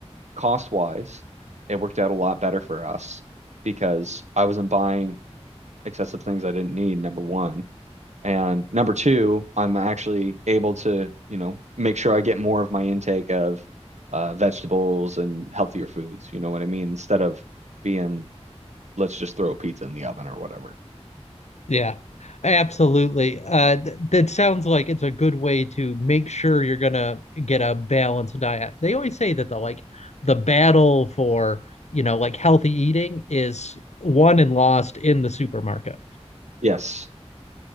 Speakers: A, on the right; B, on the left.
A: cost wise, it worked out a lot better for us because I wasn't buying excessive things I didn't need, number one. And number two, I'm actually able to, you know, make sure I get more of my intake of uh, vegetables and healthier foods. You know what I mean? Instead of being, let's just throw a pizza in the oven or whatever.
B: yeah, absolutely. Uh, th that sounds like it's a good way to make sure you're gonna get a balanced diet. They always say that the like the battle for, you know, like healthy eating is won and lost in the supermarket.
A: Yes,